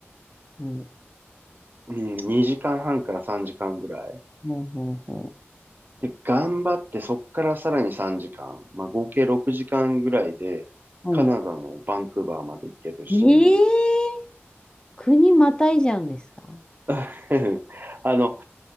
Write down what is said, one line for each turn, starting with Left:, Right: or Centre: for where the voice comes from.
Left: ほう
Right: うん、2時間半から3時間ぐらい。
Left: ほうほうほ
Right: で、頑張ってそっからさらに3時間、まあ合計6時間ぐらいで、
Left: う。
Right: カナダのバンクーバーまで行けるし、
Left: うん。ええー、国またいじゃうんですか
Right: <laughs> あの、